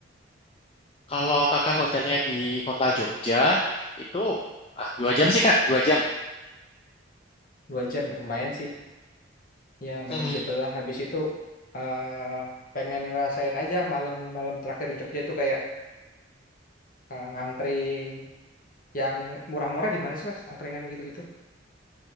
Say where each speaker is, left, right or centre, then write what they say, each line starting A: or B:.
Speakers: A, on the left; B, on the left.
A: Kalau kakak hotelnya di kota Jogja itu ah dua jam sih kak, dua jam.
B: Dua jam ya lumayan sih. Ya manageable
A: Mm-mm.
B: lah. Habis itu eh pengen ngerasain aja malam-malam terakhir di Jogja itu kayak eh, ngangkring yang murah-murah di mana sih Mas? Angkringan gitu-gitu.